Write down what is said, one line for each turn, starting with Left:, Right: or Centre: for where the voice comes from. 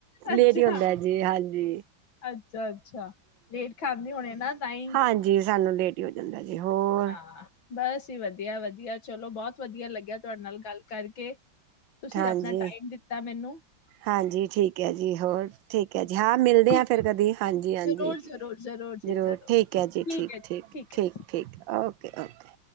Left: ਅੱਛਾ
Right: ਲੇਟ ਈ ਹੁੰਦੈ ਜੀ, ਹਾਂਜੀ।
Left: ਅੱਛਾ ਅੱਛਾ ਲੇਟ ਖਾਂਦੇ ਹੋਣੇ ਨਾ ਤਾਂਹੀ
Right: ਹਾਂਜੀ ਸਾਨੂੰ ਲੇਟ ਈ ਹੂੰ ਜਾਂਦਾ ਜੀ, ਹੋਰ
Left: ਹਾਂ ਬਸ ਜੀ ਵਧੀਆ, ਵਧੀਆ ਚਲੋ ਬੋਤ ਵਧੀਆ ਲੱਗਿਆ ਤੁਆਡੇ ਨਾਲ ਗੱਲ ਕਰਕੇ। ਤੁਸੀ
Right: ਹਾਂਜੀ
Left: ਆਪਣਾ ਟਾਈਮ ਦਿੱਤਾ ਮੈਨੂੰ।
Right: ਹਾਂਜੀ ਠੀ ਕ ਐ ਜੀ। ਹੋਰ ਠੀਕ ਐ ਜੀ। ਹਾਂ ਮਿਲਦੇ
Left: ਠੀਕ
Right: ਆਂ ਫਿਰ
Left: ਹੈ
Right: ਕਦੀ। ਹਾਂਜੀ-ਹਾਂਜੀ
Left: ਜੀ ਜ਼ਰੂਰ ਜ਼ਰੂਰ ਜ਼ਰੂਰ ਜੀ
Right: ਜਰੂਰ,
Left: ਜ਼ਰੂਰ
Right: ਠੀਕ ਐ ਜੀ।
Left: ਠੀਕ
Right: ਠੀਕ-ਠੀਕ,
Left: ਹੈ ਜੀ ਠੀਕ
Right: ਠੀਕ-ਠੀਕ।
Left: ਹੈ
Right: ਓਕੇ-ਓਕੇ।